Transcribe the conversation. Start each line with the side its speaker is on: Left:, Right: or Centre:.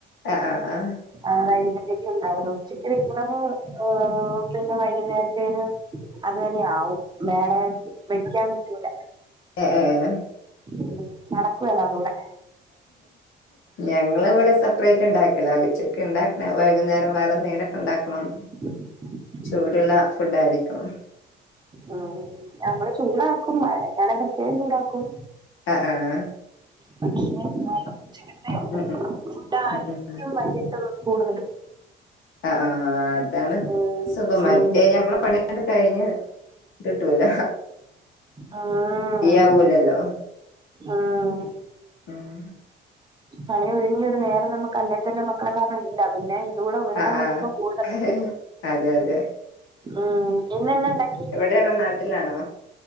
Left: ആഹ് ആഹ് ആഹ്
Right: ആഹ് വൈകിട്ടത്തേക്ക ഉണ്ടായിരുന്നു ഉച്ചക്ക് വെക്കണുന്നത് ഏഹ് പിന്നെ വൈകുന്നേരത്തേന് അത് തന്നെയാവും വേറെ വെക്കാൻ നികൂല
Left: ആഹ് ആഹ് ആഹ്
Right: ഉം നടക്കുവല്ലോ അതൂടെ
Left: ഞങ്ങള് ഇവിടെ സെപ്പറേറ്റ് ണ്ടാക്കല ഉച്ചക്ക് ഉണ്ടാക്കും വൈകുന്നേരം വേറന്തെങ്കിലും ഉണ്ടാക്കണം
Right: ഉ
Left: ചൂടുള്ള ഫുഡ്‌ ആയിരിക്കണം
Right: ഉം നമ്മള് ചൂടാക്കും മഴറ്റണെ പ്രത്യേകം ചൂടാക്കും
Left: ആഹ് ആഹ് ആഹ്
Right: പക്ഷെ എന്നാലും ഉച്ചക്കത്തെ
Left: ഉം ഉം
Right: ഫുഡായിരിക്കും
Left: ഉം ഉം ഉം.
Right: വൈകിട്ട് കൂടുതലും
Left: ആഹ് ആഹ് അതാണ്
Right: ഉം
Left: സുഖം മറ്റേ
Right: ഉം
Left: ഞമ്മളെ പണി അണ്ട് കഴിഞ്ഞ് ത് കിടൂല
Right: ആഹ്
Left: ആവൂലല്ലോ
Right: ആഹ്
Left: ഉം
Right: പണിഒഴിഞ്ഞൊരു നേരം നമ്മക്ക ല്ലേ തന്നെ മക്കളെ കാരണം ഇല്ല പിന്നെ ഇത് കൂടെ ഒരണം
Left: ആഹ്
Right: വരുമ്പോ കൂടുതലല്ലേ
Left: ആഹ് അതെ അതെ
Right: ഉം ഇന്നെന്ന ഉണ്ടാക്കി
Left: ഇവിടെണോ നാട്ടിലാണോ